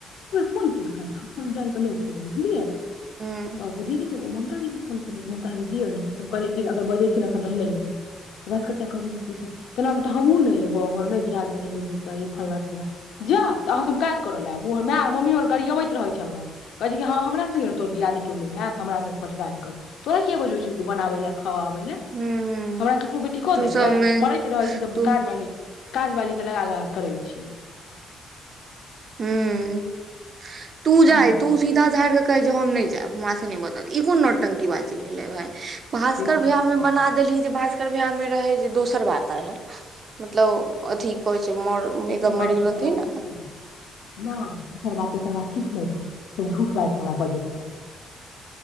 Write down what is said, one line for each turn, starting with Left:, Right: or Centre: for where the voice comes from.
Left: फन केलकै। हम जान कनि उठ ले बझलियै।
Right: हूँ
Left: <unintelligible> ममाजी के फोन ममती दिय कहल अगर बजे छी नेखन त हम नहि एबै बास क कह तना तऽ हमहुँ नहि एबै नहि दियादनी हे त। फल्ला चिलला जा तऽ अहाँके हम काज करऽ लए आबू माय मम्मी हमर गरीयबैत रहै छै हमरा कहे छै कि हँ हमरा संघे तोर दियादी चुननी भ होत हमरा सं पटदारी कर तोरा के बोझ छौ तू बनाबे लए। ह आबै लए
Right: हूँ
Left: हमरा ककरो बेटी को
Right: तू
Left: दैय
Right: सबमे
Left: मरैत रहै छै त
Right: तू
Left: काज बाली। काज बालि के लगा लगा क। करै छी।
Right: ह्म्म। तू जाय
Left: कहलियै
Right: तू सीधा झड़। कहै जे हम नहि जायब हमरा से नहि बताब ई कोन नौटंकी बाजी भेलै भाय। भास्कर
Left: तऽ
Right: भ्याह मे
Left: कहलियै
Right: बना देली जे भास्कर। भास्कर भईया में रहे जे दोसर बात रहे मतलब अथी कह। जे मर
Left: दोसर
Right: मर
Left: बात
Right: गेल
Left: तेसर
Right: राहतीन।
Left: बात किछु नहि रहै नहि दोसर बात तकर बात किछु नहि रह झूठ भाग कऽ हमरा बजलि कऽ।